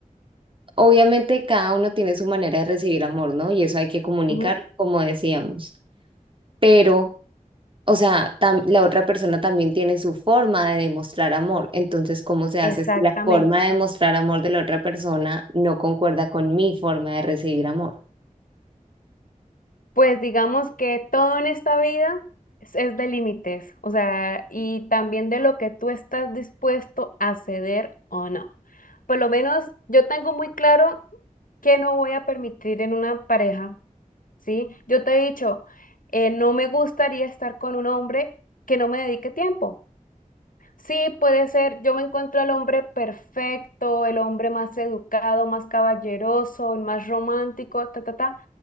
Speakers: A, on the right (about 40°); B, on the left (about 75°).
A: obviamente cada uno tiene su manera de recibir amor, ¿no? Y eso hay que comunicarlo,
B: Ujú.
A: como decíamos. Pero, o sea, tam- la otra persona también tiene su forma de demostrar amor. Entonces, ¿cómo se hace
B: Exactamente.
A: si la forma de demostrar amor de la otra persona no concuerda con mi forma de recibir amor?
B: Pues digamos que todo en esta vida es, es de límites, o sea, y también de lo que tú estás dispuesto a ceder o no. Por lo menos yo tengo muy claro que no voy a permitir en una pareja, ¿sí? Yo te he dicho, eh, no me gustaría estar con un hombre que no me dedique tiempo. Sí, puede ser, yo me encuentro al hombre perfecto, el hombre más educado, más caballeroso, el más romántico, ta, ta, ta